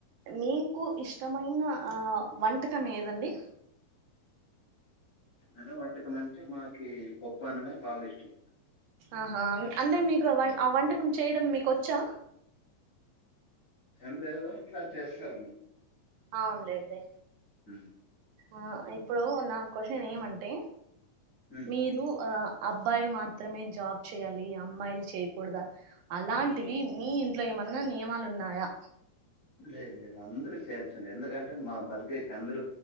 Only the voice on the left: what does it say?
అనే వంటకం అంటే మాకి పప్ప అనమే బాగా ఇష్టం
హ్మ్.
తనలేదు ఇంట్లా చేస్తారండి
హ
హ్మ్.
లేదు లేదు అందరుూ చేయాల్సింది ఎందుకంటే మా బతికాేకి అందరుూ